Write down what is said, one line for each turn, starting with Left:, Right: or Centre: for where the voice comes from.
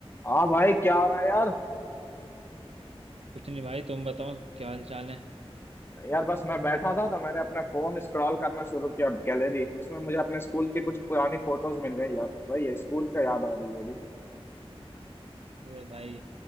Left: हाँ भाई क्या हो रहा है यार
Right: कुछ नहीं भाई तुम बताओ क्या हाल चाल है
Left: यार बस मैं बैठा था तो मैंने अपना फोन स्क्रॉल करना शुरू किया गैलरी तो उसमें मुझे अपने स्कूल की कुछ पुरानी फोटोज मिल गई यार भाई ये स्कूल का याद आ रही है अभी
Right: अरे भाई